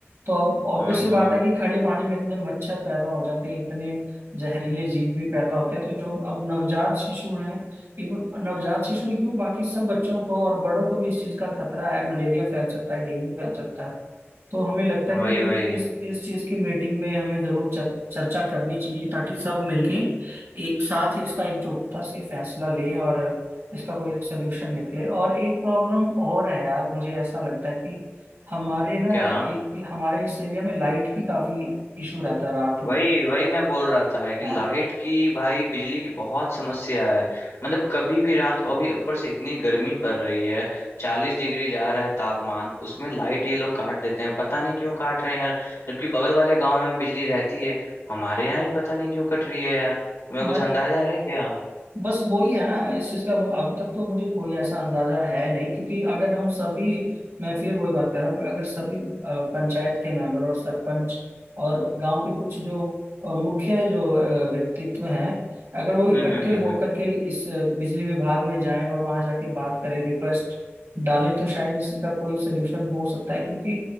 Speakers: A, on the right; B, on the left.
A: तो अब
B: हम्म
A: ऑब्वियसली
B: हम्म
A: बात है कि खड़े पानी में इतने मच्छर पैदा हो जाते हैं इतने जहरीले जीव भी पैदा होते हैं तो जो अब नवजात शिशु हैं इवन नवजात शिशु ही क्यों बाकी सब बच्चों को और बड़ों को भी इस चीज का खतरा है मलेरिया फैल सकता है डेंगू फैल सकता है तो हमें लगता
B: वही
A: है कि
B: वही
A: इस इस चीज की मीटिंग में हमें जरूर चर, चर्चा करनी चाहिए ताकि सब मिलके एक साथ ही इसका एकजुटता से फैसला लें और इसका कोई एक सोल्यूशन निकले और एक प्रॉब्लम और है यार मुझे ऐसा लगता है कि हमारे ना
B: क्या
A: ए- हमारे इस एरिया में लाइट की काफी इशू रहता है रात में
B: वही वही मैं बोल रहा था कि
A: हाँ
B: लाइट की भाई बिजली की बहुत समस्या है मतलब कभी भी रात को अभी ऊपर से इतनी गर्मी पड़ रही है चालीस डिग्री जा रहा है तापमान उसमें लाइट ये लोग काट देते हैं पता नहीं क्यों काट रहे हैं यार जबकि बगल वाले गांव में बिजली रहती है हमारे यहाँ ही पता नहीं क्यों कट रही है यार तुम्हें
A: ना
B: कुछ अंदाजा है क्या
A: बस वही है ना इस चीज का वो अभी तक तो मुझे कोई ऐसा अंदाजा है नहीं क्योंकि अगर हम सभी मैं फिर वही बात कर रहा हूँ अगर सभी अ, पंचायत के मेंबर और सरपंच और गांव के कुछ जो अ, मुख्य जो अ, व्यक्तित्व हैं अगर वो इकट्ठे
B: हम्म हम्म
A: होकर
B: हम्म
A: के इस अ, बिजली विभाग में जाएं और वहां जाके बात करें रिक्वेस्ट डालें तो शायद इस चीज का कोई सोल्यूशन हो सकता है क्योंकि